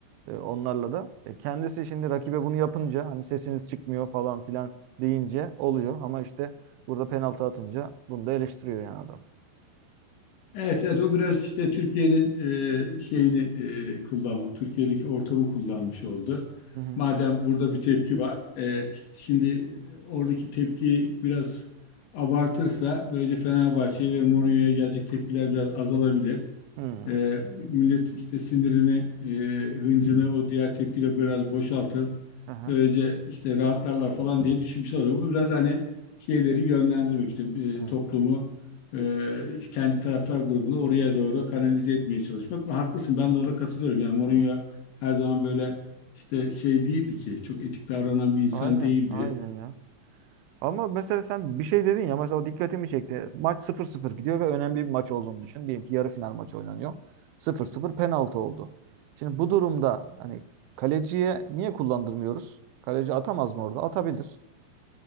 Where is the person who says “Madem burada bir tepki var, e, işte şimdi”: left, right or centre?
Left